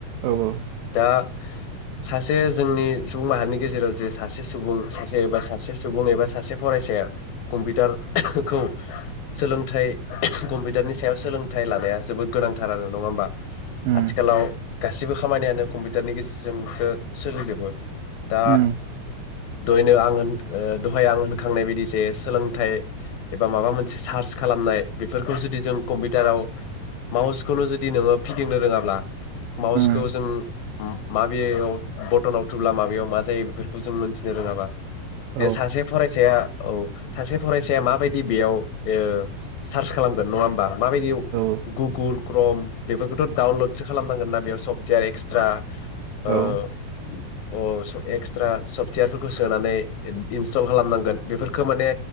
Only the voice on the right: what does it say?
औ औ
उम
उम
उम
औ
औ
औ।